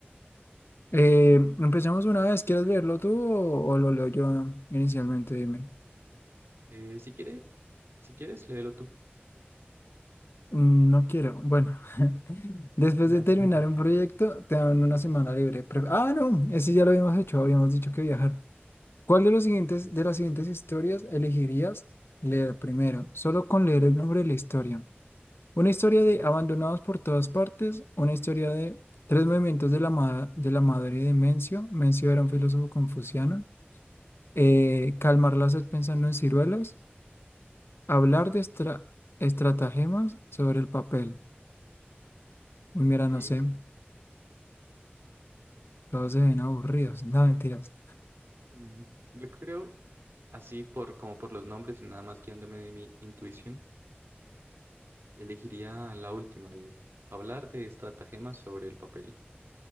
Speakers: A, on the left; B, on the right.
A: Eh, empecemos una vez. ¿Quieres leerlo tú o, o lo leo yo inicialmente? Dime.
B: Eh, si quiere, si quieres, léelo tú.
A: Mm, No quiero. Bueno, <laughs> después
B: <laughs>
A: de terminar un proyecto,
B: <laughs>
A: te dan una semana libre. Pre- ah, no, ese ya lo habíamos hecho. Habíamos dicho que viajar. ¿Cuál de los siguientes,
B: Sí, sí.
A: de las siguientes historias elegirías leer primero? Solo con leer el nombre de la historia. Una historia de
B: Uy.
A: Abandonados por todas partes, una historia de Tres movimientos de la, ma- de la madre de Mencio. Mencio era un filósofo confuciano. Eh, calmar la sed pensando en ciruelas. Hablar de estra- estratagemas sobre el papel. Uy, mira,
B: Ey,
A: no sé, todos se ven aburridos. No, mentiras.
B: Mm, Yo creo, así por como por los nombres y nada más guiándome de mi intuición, elegiría la última de hablar de estratagemas sobre el papel.